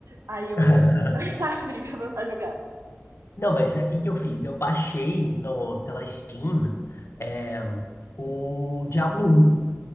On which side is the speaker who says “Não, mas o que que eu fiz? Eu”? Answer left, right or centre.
Left